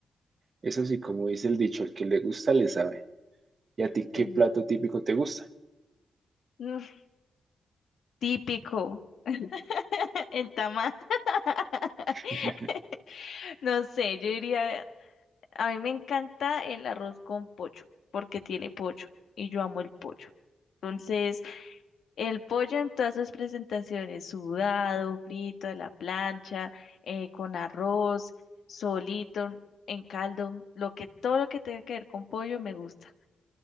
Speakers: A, on the right; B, on the left.
A: Es así como dice el dicho, el que le gusta le sabe. ¿Y a ti
B: <laughs>
A: qué plato típico te gusta?
B: Mm, típico. <laughs> El tamal. <laughs>
A: <laughs>
B: No sé, yo diría, a mí me encanta el arroz con pollo, porque tiene pollo y yo amo el pollo. Entonces, el pollo en todas sus presentaciones, sudado, frito, a la plancha, eh, con arroz, solito, en caldo, lo que, todo lo que tenga que ver con pollo me gusta.